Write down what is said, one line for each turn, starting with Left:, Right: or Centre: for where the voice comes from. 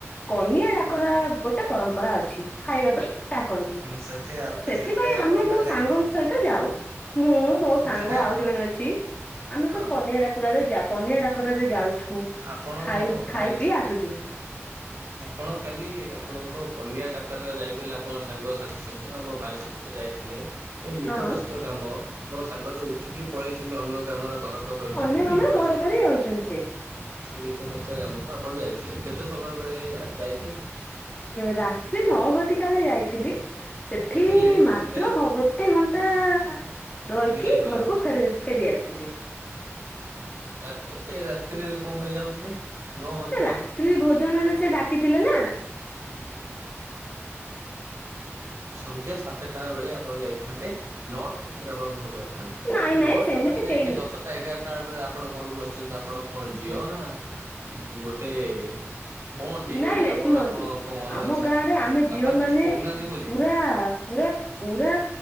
Left: କନିଆ ଡାକରା ଗୋଟେ ପରମ୍ପରା ଅ <inaudible> ଖାଇବା ପାଇଁ ଡାକନ୍ତି
Right: ସେଥି
Left: ସେଥିପାଇଁ
Right: ଆପଣ
Left: ଆମେ
Right: କାଲି
Left: ମୋ
Right: ଡାକିଥିଲେ
Left: ସାଙ୍ଗଙ୍କ ସହିତ ଯାଉ ମୁଁ ମୋ
Right: ସେଥିପାଇଁ
Left: ସାଙ୍ଗ ଆଉ ଜଣେ ଅଛି ଆମେ
Right: ହଁ
Left: ସବୁ କନ୍ୟିା ଡାକୁରାରେ ଯାଉ କନ୍ୟା ଡାକରରେ ଯାଉଛୁ
Right: ଆପଣ
Left: ଖାଇ ଖାଇ
Right: କାଲି
Left: ପିଇ ଆସୁଛୁ
Right: ଆପଣ କାଲି ଆପଣଙ୍କ କ ନିଆଁ ଡାକରା ଯାଇଥିଲେ ଆପଣ ସାଙ୍ଗସାଥି ସହିତ ଆମ ଭାଇ ସହିତ ଯାଇଥିଲେ ଏ ନିକଟସ୍ଥ
Left: ହଁ
Right: କାମ ଆପଣ ସାଙ୍ଗ ଯୋଉ ଉଠିକି ପଳେଇଛନ୍ତି ଅନ୍ୟ ଗ୍ରାମର ଘର କରି ରହିଛନ୍ତି
Left: ଅନ୍ୟ
Right: ଏଇ
Left: ଗ୍ରାମରେ
Right: ନିକଟସ୍ଥ।
Left: ଘର କରି ରହିଛନ୍ତି ସେ
Right: ସେ ନିକଟସ୍ଥ ଗ୍ରାମକୁ ଆପଣ ଯାଇଥିଲେ କେତେ ସମୟ ବେଳେ ଯାଇ
Left: ରାତ୍ରି ନଅ ଘଟିକାରେ ଯାଇଥିଲି ସେଠି
Right: ଏତେ ଲେଟ୍
Left: ମାତ୍ର
Right: ଏତେ
Left: ଗ ଗୋଟେ ଘଣ୍ଟା ରହିକି
Right: ବିଦାୟ ଥିଲ।
Left: ଘରକୁ ଫେର ଫେରି ଆସିଥିଲି
Right: ରାତି ଏତେ ରାତ୍ରିରେ କଣ ପାଇଁ ଯାଉଥିଲେ <unintelligible> ଣ ମାନେ
Left: ରାତ୍ରି ଭୋଜନରେ ସେ ଡାକିଥିଲେ ନା
Right: ସନ୍ଧ୍ୟା ସାତଟା ବେଳେ ଆପଣ ଯାଇଥାନ୍ତେ ନଅଟା ଭିତରେ ଆପଣ ଘରକୁ ଆଇ ଥାନ୍ତେ
Left: ନାଇଁ ନାଇଁ
Right: ନଅଟା
Left: ସେମିତି
Right: ବେଳେ ଯାଇକି
Left: ହେଇନି
Right: ଦଶଟା ଟା ବେଳେ ଆପଣ ଘରକୁ ଆସୁଛନ୍ତି ଆପଣ କଣ ଝିଅ ନା ଗୋଟେ କଣ ହେଇଗଲେଣି
Left: ନାଇଁ ନାଇଁ
Right: ଆପଣ
Left: ଶୁଣନ୍ତୁ
Right: ଆପଣଙ୍କ ମନ
Left: ଆମ
Right: ଇଚ୍ଛା।
Left: ଗାଁ ରେ ଆମେ
Right: ବାପା
Left: ଝିଅ
Right: କିଛି
Left: ମାନେ
Right: କହୁନାହାନ୍ତି
Left: ପୁରା
Right: ବୋଲି
Left: ପୁରା ପୁରା